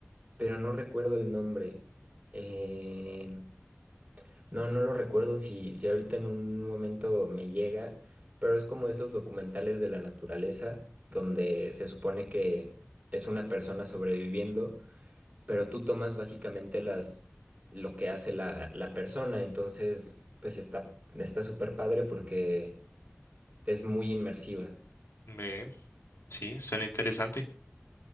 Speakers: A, on the right (about 30°); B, on the left (about 65°).
A: pero no recuerdo el nombre. Eh, no, no lo recuerdo si, si ahorita en un momento me llega, pero es como esos documentales de la naturaleza donde se supone que es una persona sobreviviendo pero tú tomas básicamente las, lo que hace la, la persona, entonces pues está, está súper padre porque es muy inmersiva.
B: Ve, sí, suena interesante.